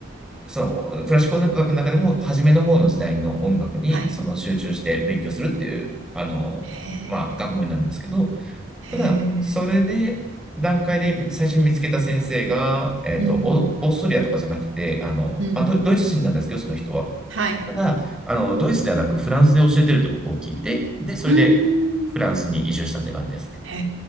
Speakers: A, in the centre; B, on the right.
A: そのクラシック音楽の中でも初めの方の時代の音楽にその集中して勉強するっていう、
B: はい。
A: あの、
B: へえ、
A: まあ、学問になるんですけど、
B: へえ、
A: ただ、それで、段階で最初に見つけた先生が、えっと、
B: うん。
A: オオーストリアとかじゃなくて、あの、
B: うん。
A: まあ、ド、ドイツ人なんですけど、その人は。
B: はい。
A: ただ、あの、ドイツではなくフランスで教えてるってことを聞いて、で、それでフランスに移住したって感じですね。
B: うーん。へ